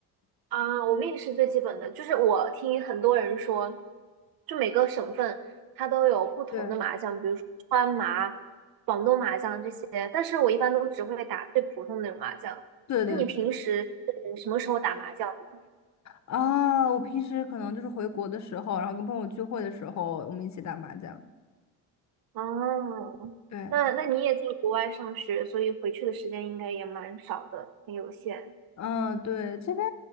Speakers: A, on the right; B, on the left.
A: 啊，我们也是最基本的，就是我听很多人说，就每个省份它都有不同的麻将，
B: 对
A: 比如说川麻、广东麻将这些，但是我一般都只会打最普通的那种麻将。
B: 对对
A: 那你平时是什么时候打麻将的？
B: 啊！我平时可能就是回国的时候，然后跟朋友聚会的时候，我们一起打麻将。
A: 哦，
B: 对，
A: 那那你也在国外上学，所以回去的时间应该也蛮少的，很有限。
B: 嗯，对，这边